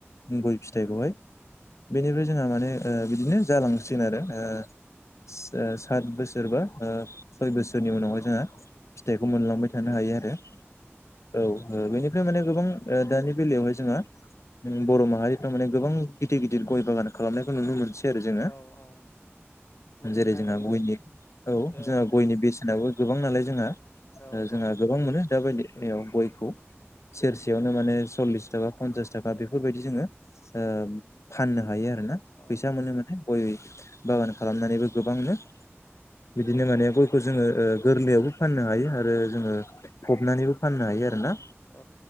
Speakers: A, on the left; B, on the left.
A: गय फिथाइखौहाय बेनिफ्राय जोंहा माने ओ बिदिनो जालांसिगोन आरो ओ सा ओ सात बोसोर बा ओ सय बोसोरनि उनावहाय जोंहा फिथाइखौ मोनलांबाय थानो हायो आरो औ। ओ बेनिफ्राय माने गोबां ओ दानि बेलायावहाय जोङहा। जों बर' माहारिफ्रा माने गोबां गिदिर गिदिर गय बागान खालामनायखौ नुनो मोनसै आरो जोङो
B: औ औ मुलुगनाङै
A: जेरै जोंहा गयनि औ
B: ओ
A: जोंहा गयनि बेसेनाबो गोबां नालाय जोंहा।
B: औ
A: ओ जोंहा
B: औ
A: गोबां मोनो दा बायदियाव गयखौ सेरसेयावनो माने सल्लिस थाखा फनसास थाखा बेफोरबायदि जोङो ओ फाननो हायो आरो ना।
B: औ।
A: नुनो मोनो। गय बागान खालामनानैबो गोबांनो बिदिनो माने गयखौ जोङो ओ गोरलैयावबो फाननो हायो आरो जोङो फबनानैबो
B: उम
A: फाननो हायो आरोना।
B: औ